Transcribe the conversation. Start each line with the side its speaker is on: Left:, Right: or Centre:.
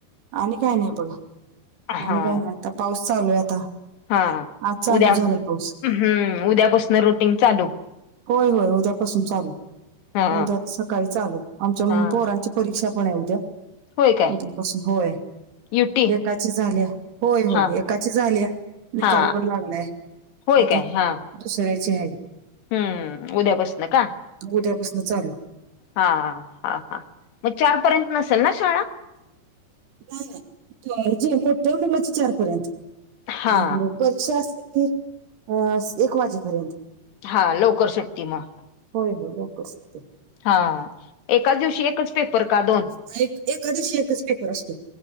Right: आणि काय नाही बघा, आणि
Left: हा
Right: काय नाही, आता पाऊस चालू आहे आता
Left: हा,
Right: आज चालू
Left: उद्या
Right: झालाय पाऊस
Left: हम्म, उद्यापासून रुटीन चालू.
Right: होय होय, उद्यापासून चालू,
Left: हा
Right: उद्याच सकाळी चालू आमच्या अं
Left: हा
Right: पोरांची परीक्षा पण आहे उद्या
Left: होय काय
Right: उद्यापासून होय.
Left: युटी
Right: एकाची झालीया होय, होय
Left: हा
Right: एकाची झालीया निकाल
Left: हा
Right: पण लागलाय.
Left: होय
Right: आता
Left: काय, हा
Right: दुसऱ्याची हाय.
Left: हम्म, उद्यापासन का,
Right: उद्यापासून चालू
Left: हा हा हा मग चारपर्यंत नसेल ना शाळा?
Right: नाही नाही, जे मोठ हाय त्याची चार पर्यंत
Left: हा
Right: आणि परीक्षा असली की, अ एक वाजेपर्यंत.
Left: हा, लवकर सुटती म
Right: होय होय, लवकर सुटते.
Left: हा, एकाच दिवशी एकच पेपर का दोन?
Right: नाही, एकादिवशी एकच पेपर असतो.